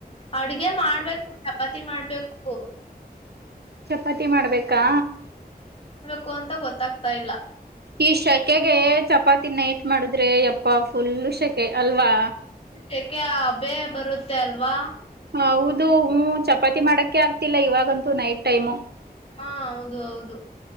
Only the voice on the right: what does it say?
ಚಪಾತಿ ಮಾಡ್ಬೇಕಾ
ಈ ಶಕೆಗೆ ಚಪಾತಿ ನೈಟ್ ಮಾಡಿದ್ರೆ ಯಪ್ಪಾ ಫುಲ್ ಶ ಕೆ ಅಲ್ವಾ
ಹೌದು ಹೂ ಚಪಾತಿ ಮಾಡಾಕೆ ಆಗ್ತಿಲ್ಲ ಇವಾಗಂತೂ ನೈಟ್ ಟೈಮ್.